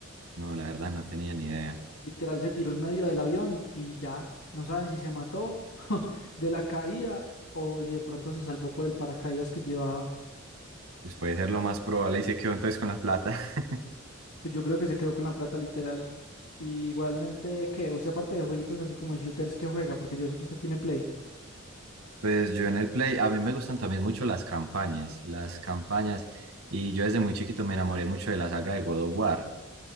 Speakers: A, on the right; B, on the left.
A: No, la verdad no tenía ni idea.
B: Literal, se tiró en medio del avión y ya, no saben si se mató <laughs> de la caída o si de pronto se salvó por el paracaídas que llevaba.
A: Pues puede ser lo más probable y se quedó entonces con la plata. <laughs>
B: Pues yo creo que se quedó con la plata literal. Y igualmente, ¿qué? Usted aparte de jueguitos así como shooters que juega, porque yo sé que usted tiene Play.
A: Pues yo en el Play, a mí me gustan también mucho las campañas, las campañas. Y yo desde muy chiquito me enamoré mucho de la saga de God of War.